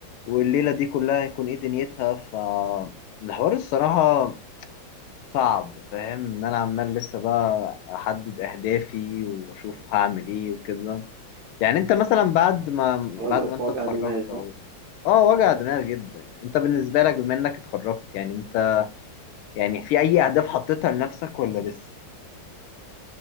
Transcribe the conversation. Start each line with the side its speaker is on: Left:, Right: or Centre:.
Left: والليلة دي كلها هيكون إيه دنيتها فالحوار الصراحة صعب فاهم إن أنا عمال لسه بقى أحدد أهدافي وأشوف هعمل إيه وكده يعني أنت مثلا بعد ما
Right: وجع
Left: بعد ما أنت
Right: وجع
Left: اتخرجت
Right: دماغ
Left: أهو
Right: ها
Left: اه وجع دماغ جدا يعني انت بالنسبه لك بما انك اتخرجت يعني انت يعني في اي اهداف حطيتها لنفسك ولا لسه